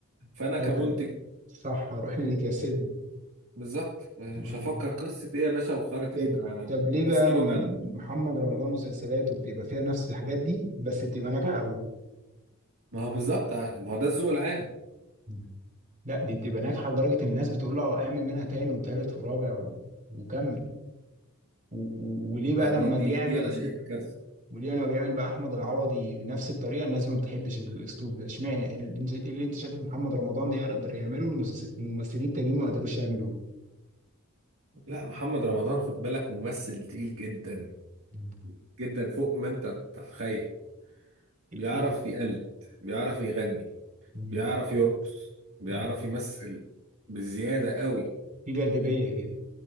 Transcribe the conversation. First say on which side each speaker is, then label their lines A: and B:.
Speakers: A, on the right (about 65°); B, on the right (about 35°).
A: فانا كمنتج
B: هذا- صح هروح اللي كسبني
A: بالظبط مش
B: آه.
A: هفكر قصه ايه يا باشا وخارة
B: طب
A: ايه ده
B: طب ليه بقى
A: لسه
B: م-
A: راجع
B: محمد رمضان مسلسلاته بتبقى فيها نفس الحاجات دي بس بتبقى ناجحة
A: أهو.
B: قوي
A: ما هو بالظبط ما هو ده الذوق العام
B: م. لا دي بتبقى ناجحة لدرجة إن الناس بتقول له اعمل منها تاني وتالت ورابع و... وكمل و... و... وليه بقى
A: ما
B: لما
A: دي دي
B: بيعمل
A: دي انا شايفها كارثه
B: ولينا بيعمل بقى احمد العوضي نفس الطريقه الناس ما بتحبش الاسلوب ده اشمعنى إيه اللي انت إيه اللي انت شايف محمد رمضان ده يقدر يعمله المسلس- الممثلين التانيين ما قدروش يعملوه
A: لا محمد رمضان خد بالك ممثل تقيل جدا
B: مم.
A: جدا فوق ما انت تتخيل
B: إيه
A: بيعرف
B: إيه؟
A: يقلد بيعرف يغني
B: مم.
A: بيعرف يرقص بيعرف
B: مم.
A: يمثل بزيادة قوي
B: في جاذبيه كده